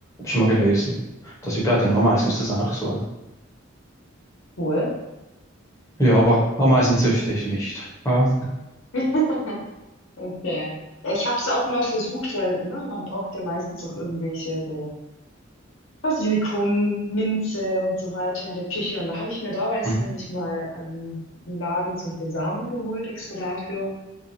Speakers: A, on the left; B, on the left.
A: ich mal gelesen. Das
B: Ja,
A: wie bei
B: Cool,
A: den Ameisen ist das auch so.
B: cool.
A: Ja, aber Ameisen züchte ich nicht. Ah.
B: <laughs> Okay. Ja, Ich habe es auch mal versucht, weil ne, man braucht ja meistens auch irgendwelche so Basilikum, Minze und so weiter in der Küche. Und da habe ich mir damals
A: Mhm.
B: nämlich mal ähm, im Laden solche Samen geholt, extra dafür.